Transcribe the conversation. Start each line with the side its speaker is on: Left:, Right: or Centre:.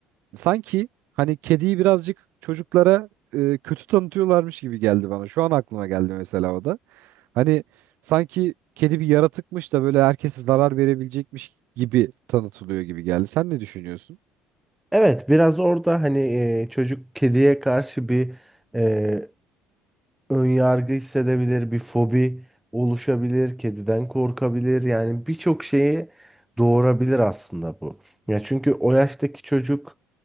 Right: sanki hani kediyi birazcık çocuklara e, kötü tanıtıyorlarmış gibi geldi bana. Şu an aklıma geldi mesela o da. Hani sanki kedi bir yaratıkmış da böyle herkese zarar verebilecekmiş gibi tanıtılıyor gibi geldi. Sen ne düşünüyorsun?
Centre: Evet, biraz orada hani e, çocuk kediye karşı bir e, Önyargı hissedebilir, bir fobi oluşabilir, kediden korkabilir. Yani birçok şeyi doğurabilir aslında bu. Ya çünkü o yaştaki çocuk